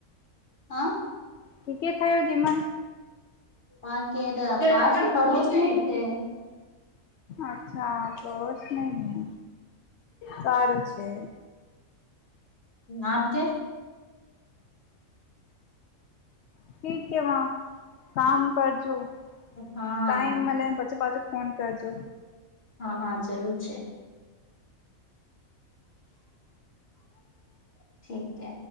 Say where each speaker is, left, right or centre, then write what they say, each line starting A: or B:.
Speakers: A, on the left; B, on the left.
A: હા
B: કી કે થયો જીમ
A: <unintelligible>
B: અચ્છા પડોશ ની સારું છે.
A: આપ કે
B: ઠીકે વા કામ કરજો ટાઈમ
A: હા
B: મલે પછી પાચ ફોન કરજો
A: હા હા જરૂર છે. ઠીકે